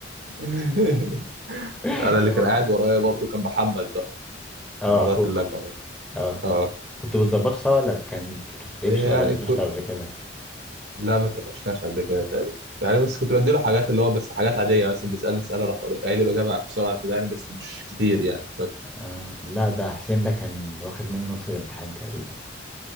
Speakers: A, on the right; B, in the centre.
A: <laughs>
B: <laughs>
A: أنا اللي
B: لا
A: كان
B: والله.
A: قاعد ورايا برضه كان محمد بقى
B: اه
A: كان ورايا
B: اخوه
A: في اللجنة برضه
B: اه
A: آه
B: كنت بتظبط سوا ولا كان كنت بتتقفش
A: يعني
B: ولا اتقفشت قبل كده
A: لا ما اتفقناش قبل كده تقريبا يعني بس كنت بديله حاجات اللي هو بس حاجات عادية يعني مثلا بيسألني اسئلة اروح أقول- قايل له الإجابة بسرعة كده يعني بس مش كتير يعني بس
B: آه. لا ده حسين ده كان واخد مني نص الامتحان تقريبا